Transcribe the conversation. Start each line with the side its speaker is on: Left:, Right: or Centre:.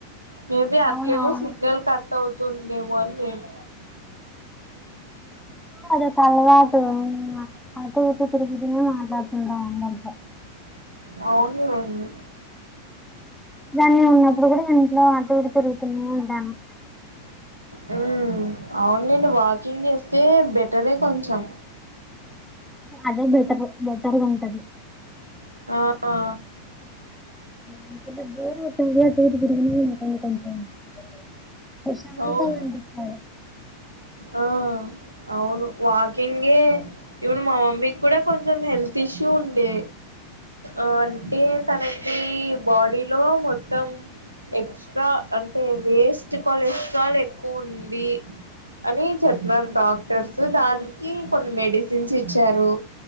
Right: మేబీ అట్లేమో
Centre: అవునవును
Right: సిగ్నల్ కట్ అవుతుంది ఏమో అని నేను
Centre: అదే ఒక అలవాటు అటు ఇటు తిరుగుతు మాట్లాడుతుంటా అందరితో
Right: అవునులేండి
Centre: దాన్ని ఉన్నప్పుడు కూడా ఇంట్లో ఆటు ఇటు తిరుగుతూనే ఉంటాను
Right: మ్మ్ అవునులేండి వాకింగ్ చేస్తే బెటరే కొంచెం
Centre: అదే బెటర్ బెటర్గా ఉంటది
Right: ఆ అ
Centre: <inaudible> బోర్ కొట్టినప్పుడు అటు ఇటు తిరుగు <inaudible> ప్రశాంతంగా
Right: అవును
Centre: అనిపిస్తది
Right: ఆ అవును వాకింగే ఈవెన్ మా మమ్మీకి కూడా కొంచెం హెల్త్ ఇష్యూ ఉండే అంటే తనకి బాడీలో మొత్తం ఎక్స్ట్రా అంటే వేస్ట్ కొలెస్ట్రాల్ ఎక్కువ ఉంది అని చెప్పినారు డాక్టర్స్ దానికి కొన్ని మెడిసిన్స్ ఇచ్చారు